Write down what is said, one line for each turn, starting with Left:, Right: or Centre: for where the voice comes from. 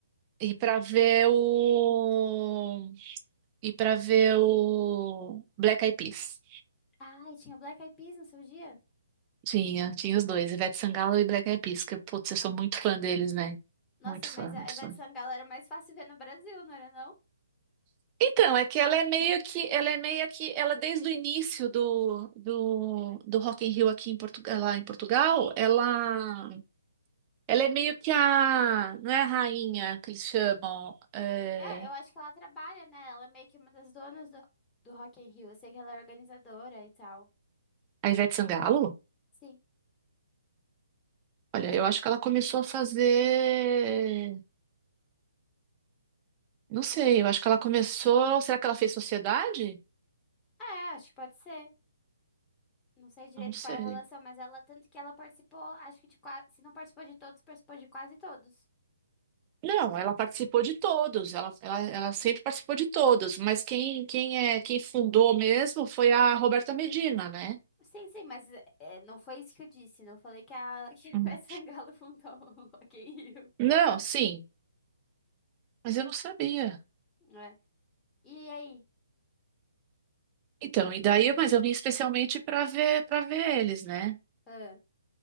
Right: e para ver o e para ver o Black Eyed Peas.
Left: Ah, e tinha Black Eyed Peas no seu dia?
Right: Tinha, tinha os dois, Ivete Sangalo e Black Eyed Peas, que, putz, eu sou muito fã deles, né?
Left: Nossa,
Right: Muito
Left: mas
Right: fã,
Left: a
Right: muito
Left: Ivete
Right: fã.
Left: Sangalo era mais fácil ver no Brasil, não era não?
Right: Então, é que ela é meio que, ela é meio que, ela desde o início do, do, do Rock in Rio aqui em Portugal, lá em Portugal, ela, ela é meio que a, não é a rainha que eles chamam, é,
Left: É, eu acho que ela trabalha, né? Ela é meio que uma das donas do, do Rock in Rio. Eu sei que ela é organizadora e tal.
Right: a Ivete Sangalo?
Left: Sim.
Right: Olha, eu acho que ela começou a fazer, não sei, eu acho que ela começou, será que ela fez Sociedade?
Left: É, acho que pode ser. Não sei direito
Right: Não sei.
Left: qual é a relação, mas ela, tanto que ela participou, acho que de quase, se não participou de todos, participou de quase todos.
Right: Não, ela participou de todos, ela, ela, ela sempre participou de todos, mas quem, quem é, quem fundou mesmo foi a Roberta Medina, né?
Left: Sim, sim, mas é, não foi isso que eu disse. Não falei que a <laughs> que a Ivete
Right: Hum.
Left: Sangalo fundou o Rock in Rio.
Right: Não, sim, mas eu não sabia.
Left: É. E aí?
Right: Então, e daí, mas eu vim especialmente para ver, para ver eles, né?
Left: Ah,